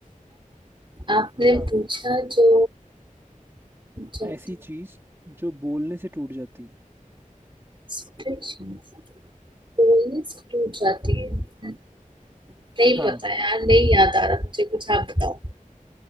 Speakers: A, on the right; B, on the right.
A: आपने
B: हाँ
A: पूछा जो जाती
B: ऐसी चीज जो बोलने से टूट जाती
A: है कोरियस टूट जाती है नहीं
B: हाँ
A: पता यार नहीं याद आ रहा मुझे कुछ आप बताओ